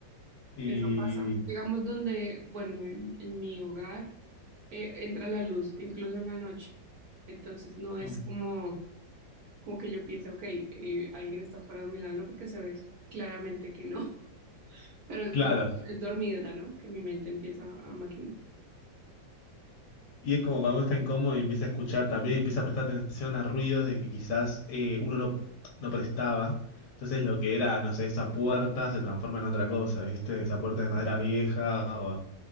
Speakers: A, on the left; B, on the right.
A: Y...
B: Eso pasa. Digamos donde, bueno, en, en mi hogar eh, entra la luz, incluso en la noche. Entonces no es
A: Mm.
B: como, como que yo piense, ok, eh, alguien está parado a mi lado, no porque se ve claramente que no, <laughs> pero es
A: Claro.
B: como es dormida, ¿no? Que mi mente empieza a maquinar.
A: Y es como cuando uno está incómodo y empieza a escuchar también, empieza a prestar atención a ruidos de que quizás eh, uno no, no prestaba. Entonces lo que era, no sé, esa puerta se transforma en otra cosa, ¿viste? Esa puerta de madera vieja. O,